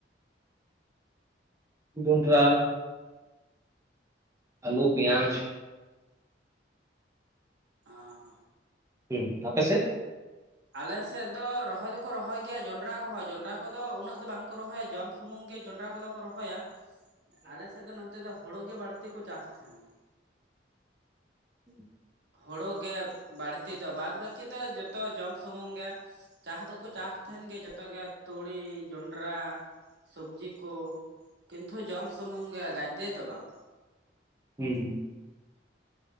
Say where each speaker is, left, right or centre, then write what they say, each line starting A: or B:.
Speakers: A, on the right; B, on the right.
A: ᱡᱚᱱᱰᱨᱟ ᱟᱞᱩ ᱯᱤᱭᱟᱡ
B: ᱟᱸ
A: ᱦᱮᱸ ᱟᱯᱮ ᱥᱮ
B: ᱟᱞᱮᱥᱮᱫ ᱫᱚ ᱨᱚᱦᱚᱭ ᱫᱚᱠᱚ ᱨᱚᱦᱚᱭ ᱜᱮᱭᱟ ᱡᱚᱱᱰᱨᱟ ᱠᱚᱦᱚᱸ ᱡᱚᱱᱰᱨᱟ ᱠᱚᱫᱚ ᱫᱚ ᱩᱱᱟᱹᱜ ᱫᱚ ᱵᱟᱝ ᱠᱚ ᱨᱚᱦᱚᱭᱟ ᱡᱚᱢ ᱥᱩᱢᱩᱝ ᱜᱮ ᱡᱚᱱᱰᱨᱟ ᱠᱚᱫᱚ ᱠᱚ ᱨᱚᱦᱚᱭᱟ ᱟᱞᱮᱥᱮᱫ ᱫᱚ ᱛᱮᱫ ᱫᱚ ᱦᱳᱲᱳ ᱜᱮ ᱵᱟᱹᱲᱛᱤ ᱠᱚ ᱪᱟᱥ ᱛᱟᱦᱮᱱᱟ᱾
A: <unintelligible>
B: ᱦᱩᱲᱩ ᱜᱮ ᱵᱟᱹᱲᱛᱤ ᱫᱚ ᱵᱟᱫ ᱵᱟᱹᱠᱤ ᱫᱚ ᱡᱚᱛᱚ ᱡᱚᱢ ᱥᱩᱢᱩᱝ ᱜᱮ ᱪᱟᱥ ᱫᱚᱠᱚ ᱪᱟᱥ ᱛᱟᱦᱮᱱ ᱜᱮ ᱡᱚᱛᱚ ᱜᱮ ᱛᱩᱲᱤ ᱡᱚᱱᱰᱨᱟ ᱥᱚᱵᱽᱡᱤ ᱠᱚ, ᱠᱤᱱᱛᱩ ᱡᱚᱢ ᱥᱩᱢᱩᱝ ᱜᱮ ᱜᱟᱡᱮ ᱫᱚ ᱵᱟᱝ
A: ᱦᱩᱸ ᱦᱩᱸ